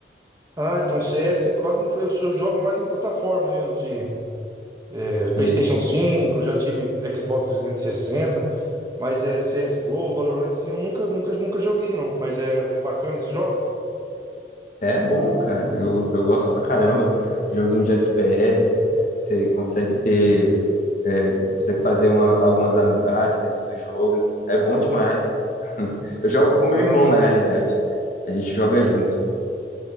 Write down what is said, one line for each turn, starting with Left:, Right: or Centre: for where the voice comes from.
Right: ah, então CS quase não foi. Eu, só jogo mais em plataforma mesmo, de é, PlayStation
Left: Isso.
Right: cinco. já tive Xbox trezentos e sessenta. Mas é CSGO, Valorant, sim, eu nunca, nunca, nunca joguei, não. Mas é, é bacana esses jogos?
Left: É bom, cara. Eu, eu gosto pra caramba. Joguinho de FPS, você consegue ter, é, consegue fazer uma- algumas amizades dentro do jogo. É bom demais. <laughs> Eu jogo com meu
Right: Ah,
Left: irmão, na realidade. A gente joga junto.